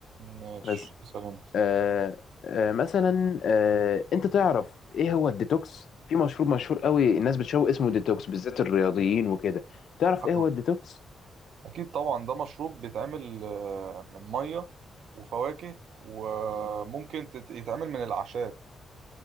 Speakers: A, on the right; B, on the left.
A: ماشي
B: بس
A: اسال انت
B: آه آه مثلا آه انت تعرف ايه هو الديتوكس في مشروب مشهور قوي الناس بتشربه اسمه ديتوكس بالذات الرياضيين وكده تعرف
A: اه
B: ايه هو الديتوكس
A: اكيد طبعا ده مشروب بيتعمل آه، من ميه وفواكه وممكن تت- يتعمل من الاعشاب